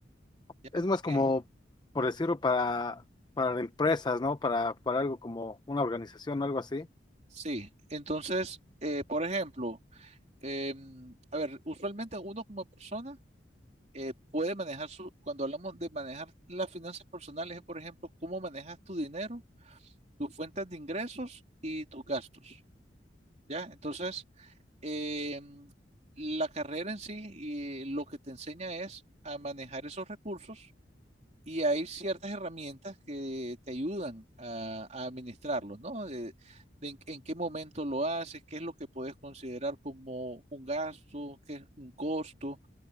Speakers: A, on the right; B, on the left.
A: ¿ya?
B: Es más como,
A: Eh,
B: por decirlo, para, para empresas, ¿no? Para, para algo como una organización o algo así.
A: sí, entonces, eh, por ejemplo, em, a ver, usualmente uno como persona eh, puede manejar su, cuando hablamos de manejar las finanzas personales, es, por ejemplo, cómo manejas tu dinero, tus fuentes de ingresos y tus gastos, ¿ya? Entonces, em, la carrera en sí y lo que te enseña es a manejar esos recursos Y hay ciertas herramientas que te ayudan a, a administrarlo, ¿no? De- de en, en qué momento lo haces, qué es lo que puedes considerar como un gasto, qué es un costo,